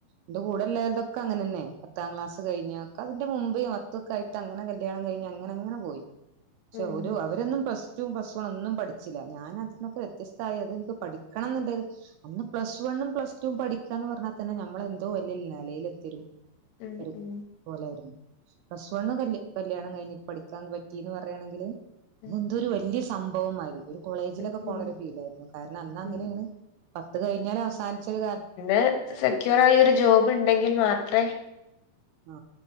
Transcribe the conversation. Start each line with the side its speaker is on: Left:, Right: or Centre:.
Right: എന്റെ <unintelligible> അങ്ങനെ തന്നെ പത്താം ക്ലാസ് കഴിഞ്ഞ ഒക്കെ അതിന്റെ മുമ്പ് മത്തൊക്കെ ആയിട്ട് അങ്ങനെ കല്യാണം കഴിഞ്ഞ് അങ്ങനെ അങ്ങനെ പോയി പക്ഷെ
Left: ഉം
Right: ഒരു അവരന്നും പ്ലസ് പ്ലസ് ടു പ്ലസ് വണ്ണും പഠി പഠിച്ചില്ല ഞാനതിനോക്കെ വത്യസ്ഥതായത് പഠിക്കണം എന്നുണ്ട് അന്ന് പ്ലസ് വണ്ണും പ്ലസ് ടു പഠിക്ക ന്ന് പറഞ്ഞാൽ തന്നെ നമ്മള് എന്തോ <unintelligible> നിലയിൽ എത്തിയയൊരു
Left: ഉം
Right: ഒരു
Left: ഉം
Right: പോലായിരുന്നു പ്ലസ് വൺ കല്ല് കല്യാണം കഴിഞ്ഞ് പഠിക്കാൻ പറ്റിന്ന് പറയാന്നാക്കില്ല്
Left: ഉം
Right: എന്തരു വലിയ സംഭവമായി ഒരു കോളേജിലൊക്കെ
Left: ഉം ഉം
Right: പോണ ഒരു ഫീലായിരുന്നു കാരണം അന്ന് അങ്ങനെയാണ്
Left: ഉം
Right: പത്ത് കഴിഞ്ഞാല് അവസാനിച്ചരു
Left: ത് സെക്യൂറായ ഒരു ജോബ്ണ്ടെങ്കിൽ മാത്രേ
Right: ആ